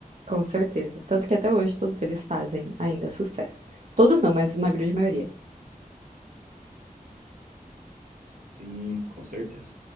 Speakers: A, on the right (about 50°); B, on the right (about 70°).
A: Com certeza. Tanto que até hoje todos eles fazem ainda sucesso. Todos não, mas uma grande maioria.
B: Sim, com certeza.